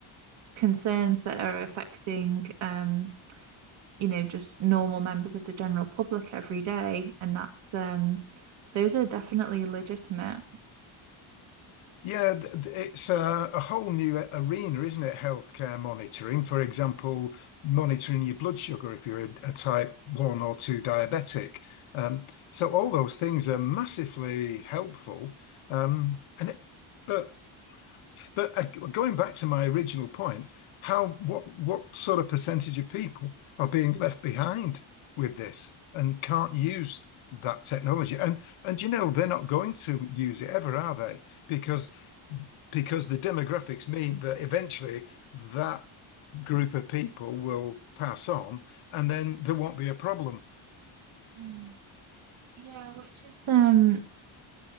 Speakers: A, on the right; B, on the left.
A: concerns that are affecting um, you know, just normal members of the general public every day. And that's um those are definitely legitimate.
B: Yeah, th- th- it's a, a whole new arena, isn't it? Healthcare monitoring, for example, monitoring your blood sugar if you're a, a type one or two diabetic. Um, so all those things are massively helpful. Um, and it, but but uh, going back to my original point, how what what sort of percentage of people are being left behind with this and can't use that technology? And and you know they're not going to use it ever, are they? because because the demographics mean that eventually that group of people will pass on and then there won't be a problem.
A: Mm. Yeah, which is um